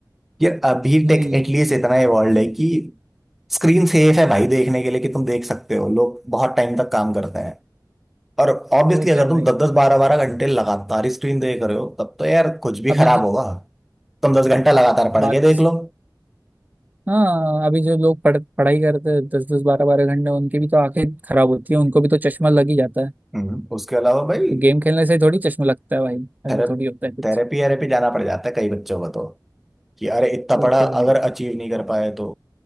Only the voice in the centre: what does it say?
ये अभी
टेक एटलीस्ट इतना इवॉल्व है कि स्क्रीन सेफ है भाई देखने के लिए कि तुम देख सकते हो लोग बहुत टाइम तक काम करते हैं और ऑब्वियसली
अगर
तुम
दस दस बारह बारह घंटे लगातार ही स्क्रीन देख रहे हो तब तो यार कुछ भी
खराब
होगा तुम दस घंटा लगातार पढ़
के देख लो
हम्म, उसके अलावा भाई
थेरेप
थेरेपी थेरेपी जाना पड़ जाता है कई बच्चों को तो कि अरे इतना
पढ़ा
अगर अचीव नहीं कर पाए तो